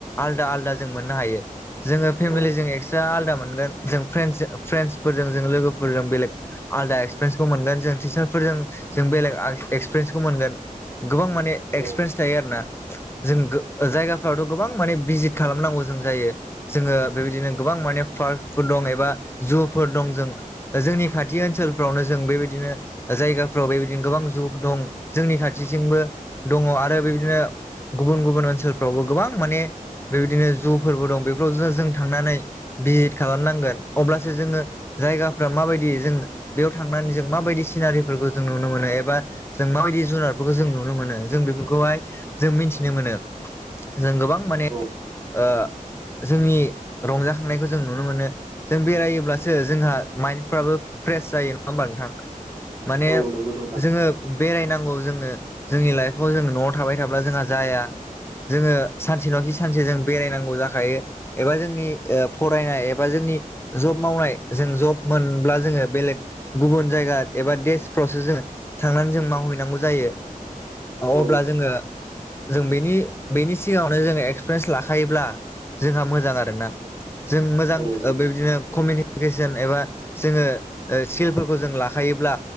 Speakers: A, on the left; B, in the centre.
A: आलदा आलदा जों मोननो हायो। जोङो फेमिलिजों
B: औ
A: एक्सट्रा आलदा मोनगोन जों फ्रेन्डस फ्रेन्डसफोरजों जों लोगोफोरजों बेलेग आलदा एक्सपिरियेन्सखौ मोनगोन ।जों टिचारफोरजों जों बेलेग आल एक्सपिरियेन्सखौ मोनगोन। गोबां माने
B: औ
A: एक्सपिरियेन्स थायो आरो ना जों गो जायगाफ्रावथ' गोबां माने भिजित खालामनांगौ जों जायो । जोङो बेबायदिनो गोबां माने <unintelligible> दं एबा जुफोर दं जों जोंनि खाथि <unintelligible> थि ओनसोलफ्रावनो जों बेबायदिनो जायगाफ्राव बेबायदिनो गोबां जु दं जोंनि खाथिसिंबो दङ आरो बेबायदिनो गुबुन गुबुन ओनसोलफ्रावबो गोबां माने बेबायदिनो जु फोरबो दं बेफोराव जो जों थांनानै भिजिट खालामनांगोन अब्लासो जोङो जायगाफ्रा माबायदि जों बेयाव थांनानै जों माबायदि सिनारिफोरखौ जों नुनो मोनो एबा जों माबायदि जुनारफोरखौ जों नुनो मोनो। जों बेफोरखौहाय जों मिथिनो मोनो जों गोबां माने
B: औ
A: ओ जोंनि रंजाखांनायखौ जों नुनो मोनो ।जों बेरायोब्लासो जोंहा माइन्डफ्राबो फ्रेस जायो नङा होमबा नोंथां? माने
B: औ नंगौ नोंथां
A: जोङो बेरायनांगौ जोङो जोंनि लाइफआव जों न'आव थाबाय थाब्ला जोंहा जाया। जोङो सानसे नखि सानसे जों बेरायनांगौ जाखायो एबा जोंनि फरायनाय एबा जोंनि नि जब मावनाय जों जब मोनब्ला जोङो बेलेग गुबुन जायगा एबा देशफ्रावसो जों थांनानै जों मावहैनांगौ जायो। अब्ला
B: औ
A: जोङो जों बेनि बेनि सिगाङावनो जोङो एक्सपिरियेन्स लाखायोब्ला जोंहा मोजां आरो ना। जों मोजां
B: औ नंगौ
A: बेबायदिनो कमिनिकेसन एबा जोङो ओ स्किलफोरखौ जों लाखायोब्ला